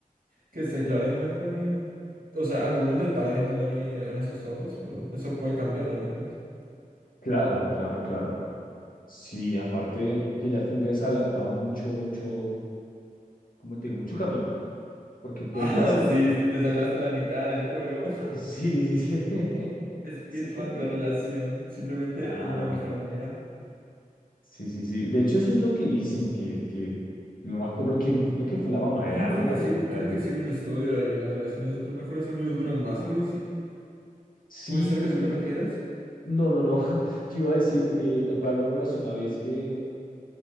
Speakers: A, on the right; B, on the left.
A: que se declare mi mejor amiga. O sea, al momento tal vez no la vi eh, con esos ojos, pero eso puede cambiarlo, ¿no crees? <laughs>
B: Claro, claro, claro. Sí, aparte que ya tendrías adelantado mucho, mucho, como te digo, mucho camino, porque puede
A: Ah,
B: pasar.
A: sí, sí, te saltaste la mitad del juego.
B: <laughs> Sí, sí, sí. <laughs>
A: Speedrun
B: Sí, porque,
A: de relación. Simplemente
B: claro,
A: tener una mejor amiga.
B: sí, sí, sí. De hecho, eso es lo que dicen, que, que, no me acuerdo quién, creo que fue la mamá
A: Oh,
B: de alguien,
A: creo que
B: la abuelita
A: sí, vi- creo
B: de alguien.
A: que sí vi un estudio de que las relaciones entre mejores amigos duran más o algo así.
B: Sí,
A: ¿Puede ser
B: pero
A: que eso
B: yo-
A: te refieres?
B: no, no, no. <laughs> Yo iba a decir eh, algo relacionado y es que